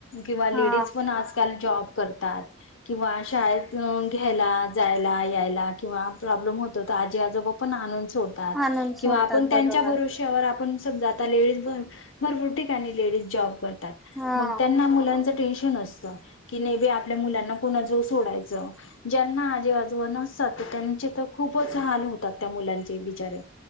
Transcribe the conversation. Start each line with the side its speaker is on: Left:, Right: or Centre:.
Left: किंवा लेडीज
Centre: हा
Left: पण आजकाल जॉब करतात किंवा शाळेतून घ्यायला, जायला, यायला किंवा प्रॉब्लेम होत त त आजी आजोबा आणून सोडतात
Centre: आणून
Left: किंवा
Centre: सोडतात
Left: आपण त्यांच्या
Centre: बरोबर
Left: भरोशावर त्यावर आपण समजा आता लेडीज भरपूर ठिकाणी लेडीज जॉब करतात.
Centre: हा
Left: मग त्यांना मुलांच टेन्शन असतं की नाही बाई आपल्या मुलांना कोणा जवळ सोडायचं ज्यांना आजीआजोबा नसतात त्यांचे तर खूपच हाल होतात त्या मुलांचे बिचारे